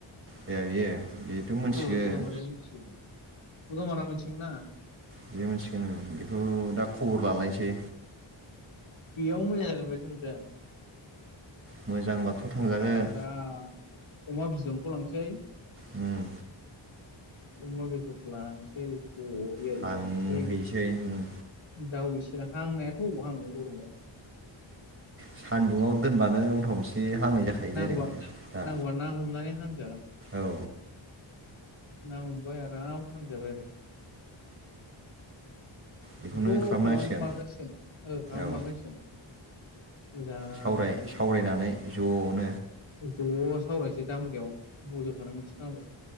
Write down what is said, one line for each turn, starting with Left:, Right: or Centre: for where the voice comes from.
Right: ए बियो बेथ' मोनथिगोन
Left: ओ दुगामारायानो मिथिगो दुगामारा मिथिना
Right: बे मोनथिगोन ओ बेखौ दा खबर लालायनोसै।
Left: बेयावनो मोजां जागोन बायदि मोनदो आं।
Right: मोजां बा थ' थांजागोन
Left: आराम अमा बिदनखौ लांसै
Right: उम
Left: अमा बेदर लांसै बरिया
Right: थांहैसै
Left: एवनोसै
Right: उम
Left: दाउ एसे ज हांनायाथ' अबाव हांनो गरमाव
Right: सान्दुङाव दोनबानो <unintelligible> एसे हांनाय जाखायो
Left: नांगौबा
Right: दरेक्टनो दा
Left: नांगौबा ना हमनानै हांजागोन।
Right: औ।
Left: ना हमबाय आराम हांजाबाय आरो।
Right: बेखौनो
Left: बेखौ
Right: खालामनांसिगोन
Left: खालाम मारनांसिगोन ओ खालाम
Right: औ
Left: मारनांसिगोन। मोजांनो
Right: सावराय
Left: बे
Right: सावरायनानै ज'नो
Left: <inaudible>
Right: उम
Left: ज' सावरायनोसै दा मोनायाव। बलजा खानाय मिथिनांगौ।